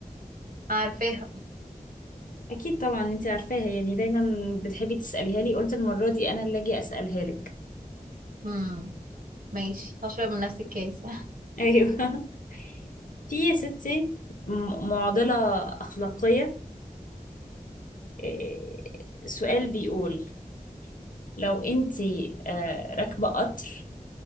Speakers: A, on the right; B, on the left.
A: عارفاها
B: اكيد طبعا انتي عارفاها يعني دايما بتحبي تسأليها لي قلت المرة دي انا اللي اجي اسألها لك
A: امم ماشي هشرب من نفس الكاس
B: ايوه <laughs> في يا ستي م- معضلة اخلاقية إيه، سؤال بيقول لو انتي آه، راكبة قطر